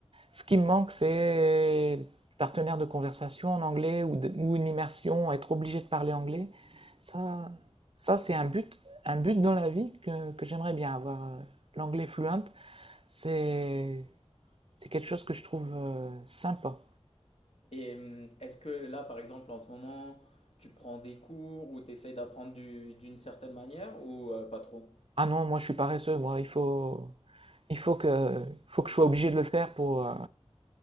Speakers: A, on the right; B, on the left.
A: Ce qui me manque, c'est partenaires de conversation en anglais ou, de- ou une immersion, être obligé de parler anglais. Ça, ça c'est un but, un but dans la vie que, que j'aimerais bien avoir. L'anglais fluent, c'est c'est quelque chose que je trouve euh, sympa.
B: Et hum, est-ce que là, par exemple, en ce moment, tu prends des cours ou tu essaies d'apprendre du- d'une certaine manière ou euh, pas trop?
A: Ah non, moi je suis paresseux, moi, il faut, il faut que, faut que je sois obligé de le faire pour, euh,